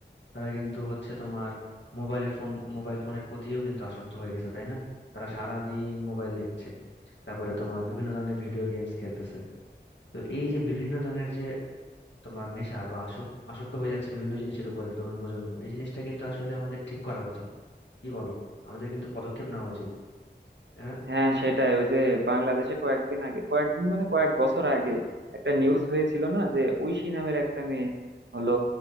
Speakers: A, on the left (about 75°); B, on the right (about 75°).
A: তারা কিন্তু হচ্ছে তোমার মোবাইলের ফোন মোবাইল ফোনের প্রতিও কিন্তু আসক্ত হয়ে গেছে তাই না তারা সারা দিন মোবাইল দেখছে তারপরে তোমার বিভিন্ন ধরনের ভিডিও গেমস খেলতেছে তো এই যে বিভিন্ন ধরনের যে তোমার নেশা বা আসক- আসক্ত হয়ে যাচ্ছে বিভিন্ন জিনিসের উপরে তরুণ প্রজন্ম এই জিনিসটা কিন্তু আসলে আমাদের ঠিক করা উচিত কি বলো আমাদের কিন্তু পদক্ষেপ নেওয়া উচিত হ্যাঁ
B: হ্যাঁ সেটাই ওই যে বাংলাদেশে কয়েকদিন আগে কয়েকদিন মানে কয়েক বছর আগে একটা নিউজ হয়েছিল না যে ঐশী নামের একটা মেয়ে হলো